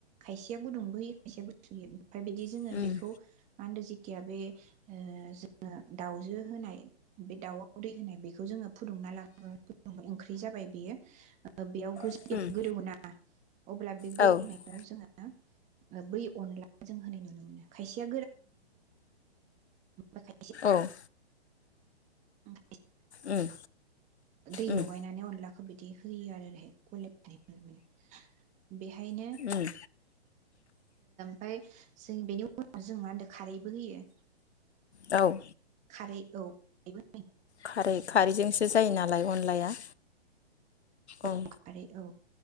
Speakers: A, on the right; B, on the left.
A: खायसेया गुदुंबो होयो खायसेया गुस होयो ओमफाय बिदि जोङो
B: उम
A: बेखौ मा होनदो जेथिया बे ओ जोङो दाउजो होनाय बे दाउआव दै होनाय बेखौ जोङो फुदुंना लाग <unintelligible> ओंख्रि जाबाय बेयो ओ बेयाव <unintelligible>
B: उम उम
A: अब्ला बे गोदौनायाव
B: औ
A: जोङो या ओ बै अनला जों होनाय नुनो मोनो खायसेया <unintelligible> खायसेआ
B: औ
A: उम
B: उम
A: <unintelligible> दै
B: उम
A: लगायनानानै अनलाख खोज बिदि होयो ओरैहाय <unintelligible> बेहायनो
B: उम
A: फाय जों बेनि उनाव जों मा होनो खारैबो होयो।
B: औ
A: खारै औ यैबो
B: खारै खारैजोंसो जायो नालाय अनलाया।
A: औ
B: ओं
A: खारै औ